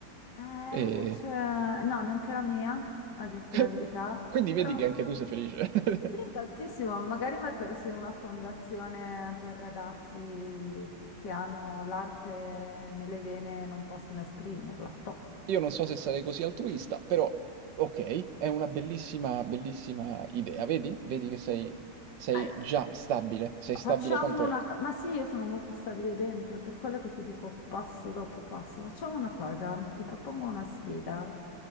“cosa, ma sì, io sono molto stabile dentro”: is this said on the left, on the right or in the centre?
Left